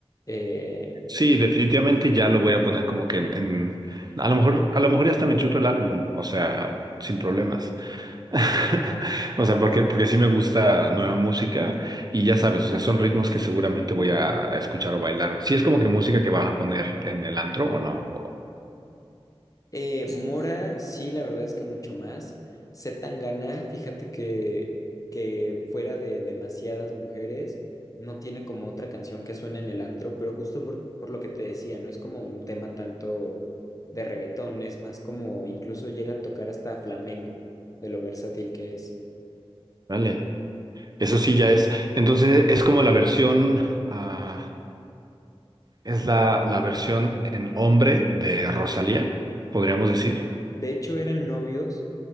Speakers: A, on the left; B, on the right.
A: Eh,
B: Sí, definitivamente ya lo voy a poner como que en, en- a lo mejor, a lo mejor ya hasta me chuto el álbum, o sea, sin problemas. <laughs> O sea, porque, porque sí me gusta nueva música y ya sabes, o sea, son ritmos que seguramente voy a escuchar o bailar. Si es como que música que van a poner en el antro o no. o-
A: Eh, Mora, sí, la verdad es que mucho más. tan gana fíjate que, que fuera de demasiadas mujeres, no tiene como otra canción que suene en el antro, pero justo por, por lo que te decía, no es como un tema tanto de reggaetón, es más como incluso llega a tocar hasta flamenco de lo versátil que es.
B: vale. Eso sí ya es. Entonces es como la versión, ah, es la, la versión en hombre de Rosalía, podríamos decir.
A: De hecho, eran novios,